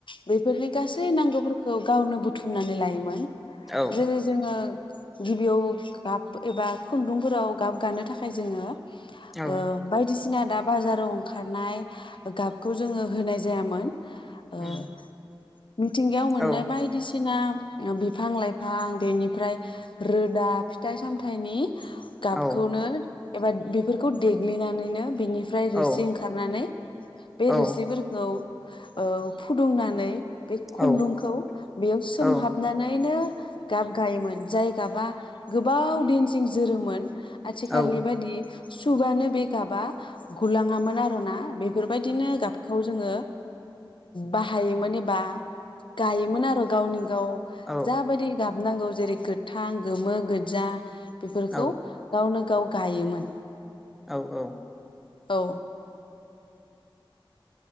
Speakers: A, on the left (about 65°); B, in the centre.
A: बे फोरनि गासै नांगौफोरखौ गावनो बुथुमनानै लायोमोन।
B: औ
A: जेरै जोङो गिबियाव गाब एबा खुन्दुंफोराव गाब गानो थाखाय जोङो
B: औ
A: ओ बायदिसिना दा बाजाराव ओंखारनाय ओ गाबखौ जोङो होनाय जायामोन। ओ
B: उम।
A: मिथिंगायाव मोननाय
B: औ
A: बायदिसिना ना बिफां लाइफां बेनिफ्राय रोदा, फिथाइ सामथाइनि गाबखौनो
B: औ
A: एबा बेफोरखौ देग्लिनानैनो बिनि फ्राय रोसि
B: औ
A: ओंखारनानै बे
B: औ
A: रोसिफोरखौ ओ फुदुंनानै बे खुन्दुंखौ
B: औ
A: बेयाव सोमहाबनानैनो
B: औ
A: गाब गायोमोन जाय गाबा गोबाव दिनसिं जोरोमोन। आथिखालनि
B: औ
A: बायदि सुबानो बे गाबा गुलाङामोन आर ना बे बेफोरबायदिनो गाबखौ जोङो बाहायोमोन बा गायोमोन आरो गावनि गाव
B: औ
A: जा बायदि गाब नांगौ जेरै गोथां, गोमो, गोदजा, बेफोरखौ
B: औ
A: गावनो गाव गायोमोन।
B: औ औ।
A: औ।